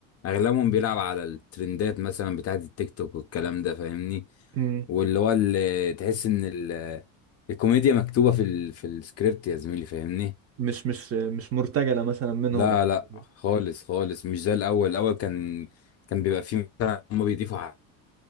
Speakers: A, on the left (about 40°); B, on the right (about 35°).
A: اغلبهم بيلعب على الترندات مثلا بتاعت التيك توك والكلام ده فاهمني
B: مم.
A: واللي هو اللي تحس ان ال- الكوميديا مكتوبه في ال... في السكريبت يا زميلي فاهمني
B: مش مش مش مرتجله مثلا منهم
A: لا
B: أو
A: لا
B: كده.
A: خالص خالص مش زي الاول الاول كان كان بيبقى فيه مثلا هم بيضيفوا حاجات